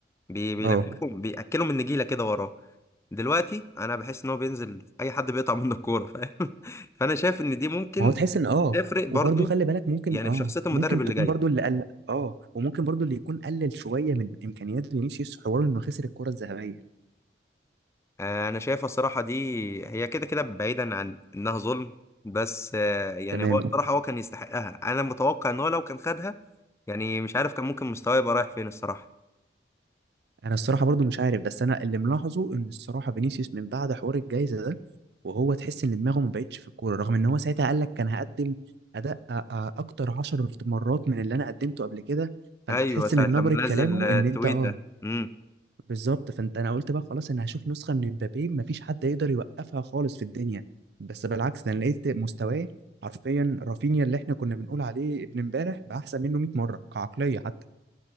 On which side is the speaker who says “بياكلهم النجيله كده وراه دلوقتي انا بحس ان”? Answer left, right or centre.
Left